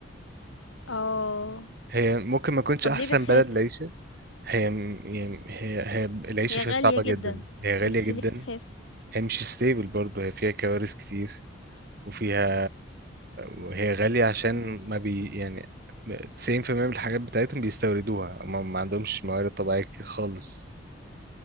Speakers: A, on the left; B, on the right.
A: اه
B: هي ممكن ما تكونش
A: طب
B: أحسن
A: ليه بتخاف؟
B: بلد لعيشة هي هي هي هي العيشة
A: هي
B: فيها
A: غالية
B: صعبة جدا
A: جدًا،
B: هي غالية
A: بس
B: جدا
A: ليه بتخاف؟
B: هي مش ستيبل برضه هي فيها كوارث كتير وفيها وهي غالية عشان
A: إمم.
B: ما بي يعني 90% من الحاجات بتاعتهم بيستوردوها ما ما عندهمش موارد طبيعية كتير خالص